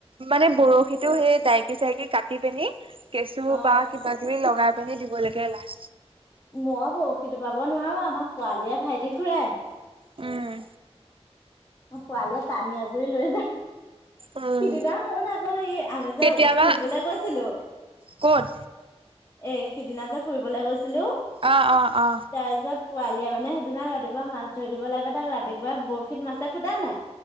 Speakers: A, on the right; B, on the left.
A: মানে
B: অ
A: বৰশীতো সেই দাইকি-চাইকি কাটি পেনি কেঁচু
B: অ
A: বা কিবা কিবি লগাই। পিনে দিব লাগে এলাহ।
B: মই বৰশীটো বাব নোৱাৰো, আমাৰ পোৱালিয়ে ভাইটি খুৰাই।
A: উম,
B: অ', পোৱালীয়ে টানি আজৰি লৈ যায়।
A: উম
B: সিদিনা শুন আকৌ সেই আমি
A: কেতিয়াবা
B: যে ফুৰিবলৈ গৈছিলোঁ।
A: ক'ত?
B: এ, সিদিনা যে ফুৰিবলে গৈছিলোঁ,
A: অ অ অ
B: তাৰ পিছত পোৱালীয়ে মানে সেইদিনা ৰাতিপুৱা মাছ ধৰি দিব লাগে, তাক ৰাতিপুৱাই বৰশীত মাছে খুটাই নাই।